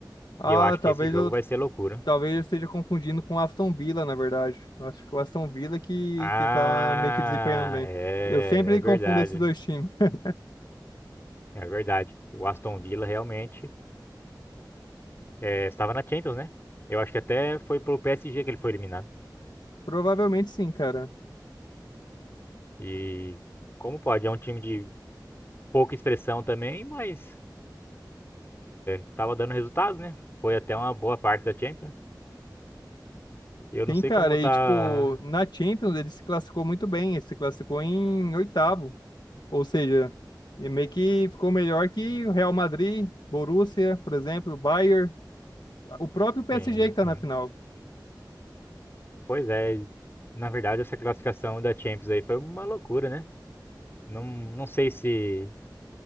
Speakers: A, on the left; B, on the left.
A: Ah,
B: E eu acho que
A: talvez
B: esse jogo
A: eu
B: vai ser loucura.
A: Talvez eu esteja confundindo com o Aston Villa, na verdade. Eu Acho que o Aston Villa que,
B: Ah,
A: que tá meio que desempenhando bem.
B: é,
A: Eu sempre
B: é verdade.
A: confundo esses dois times. <laughs>
B: É verdade. O Aston Villa realmente eh, estava na Champions, né? Eu acho que até foi pro PSG que ele foi eliminado.
A: Provavelmente sim, cara.
B: E como pode? É um time de pouca expressão também, mas estava dando resultado, né? Foi até uma boa parte da Champions. Eu não
A: Sim,
B: sei
A: cara.
B: como
A: E,
B: tá.
A: tipo, na Champions ele se classificou muito bem. Ele se classificou em oitavo. Ou seja, e meio que ficou melhor que o Real Madrid, Borussia, por exemplo, Bayern, o próprio PSG
B: Sim,
A: que tá
B: sim.
A: na final.
B: Pois é. Na verdade, essa classificação da Champions aí foi uma loucura, né? Não, não sei se,